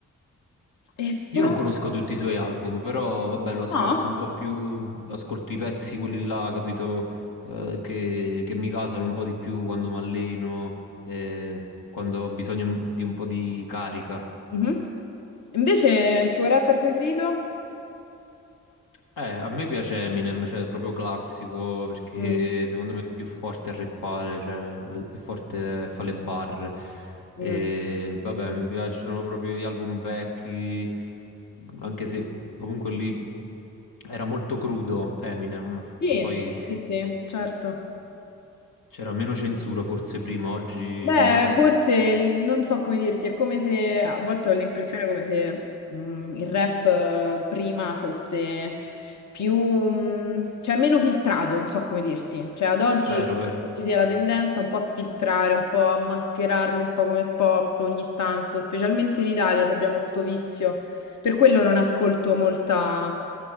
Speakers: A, on the left; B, on the left.
A: E poi...
B: Io non conosco tutti i suoi album, però vabbè, lo ascolto
A: No,
B: un po' più, ascolto i pezzi, quelli là, capito, eh, che, che mi gasano un po' di più quando mi alleno, eh, quando ho bisogno di un po' di carica.
A: Mhm. Invece il tuo rapper preferito?
B: Eh, a me piace Eminem, cioè proprio classico, perché
A: Mm.
B: secondo me è il più forte a rappare, cioè il più forte fa le barre. E,
A: Mm.
B: vabbè, mi piacciono proprio gli album vecchi, anche se comunque lì era molto crudo Eminem,
A: Sì,
B: poi <laughs>
A: sì, sì, certo.
B: c'era meno censura forse prima, oggi
A: Beh,
B: non lo so.
A: forse il- non so come dirti, è come se a volte ho l'impressione come se mh, il rap eh, prima fosse più, mh, cioè meno filtrato, non so come dirti. Cioè ad oggi
B: Vero, vero.
A: ci sia la tendenza un po' a filtrare, un po' a mascherarlo un po' come pop ogni tanto, specialmente in Italia ci abbiamo sto vizio. Per quello non ascolto molta